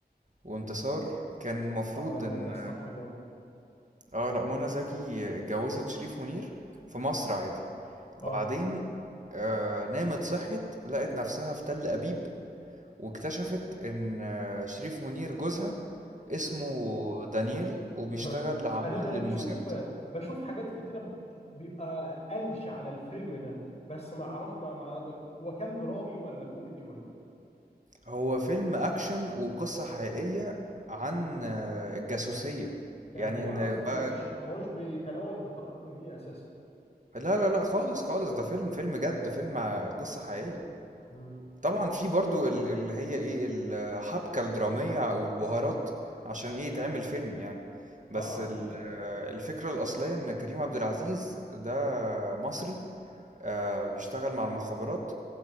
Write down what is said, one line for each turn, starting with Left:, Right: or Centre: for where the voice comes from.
Right: وانتصار كان مفروض
Left: اه ده
Right: ان
Left: ده اصطف جامد
Right: اه لا منى زكي اتجوزت شريف منير في مصر عادي وبعدين
Left: اه
Right: آه نامت صحت لقت نفسها في تل أبيب واكتشفت ان آه، شريف منير جوزها اسمه دانيال وبيشتغل
Left: <laughs>
Right: عميل
Left: انا انا
Right: للموساد
Left: بشوف بشوف حاجات كتيره بيبقى قلش على الفيلم ده بس ما عرف ما, ما ما- هو كان درامي ولا كوميدي ولا ايه
Right: هو فيلم أكشن وقصة حقيقية عن آه، الجاسوسية
Left: يعني
Right: يعني
Left: هو
Right: إن
Left: اصلا
Right: بقى
Left: ما هوش ما هوش بيتناول بطريقه كوميديه اساسا
Right: لا لا لا خالص خالص ده فيلم فيلم جد فيلم ع- قصة حقيقية
Left: مم.
Right: طبعا في برضو ال- اللي هي إيه الحبكة الدرامية والبهارات عشان إيه يتعمل فيلم يعني بس
Left: اه
Right: ال-
Left: اكيد
Right: آه، الفكرة الأصلية إن كريم عبد العزيز ده مصري آه، بيشتغل مع المخابرات